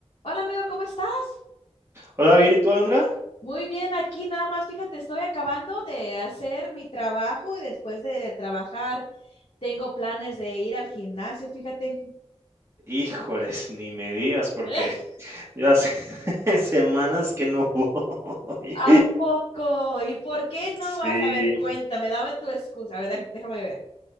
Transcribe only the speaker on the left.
Hola amigo, ¿cómo estás?
Muy bien, aquí nada más, fíjate, estoy acabando de hacer mi trabajo y después de trabajar tengo planes de ir al gimnasio, fíjate.
<laughs>
¿A poco? ¿Y por qué no
vas? A ver, cuéntame, dame tu excusa. A ver, déjame, déjame ver.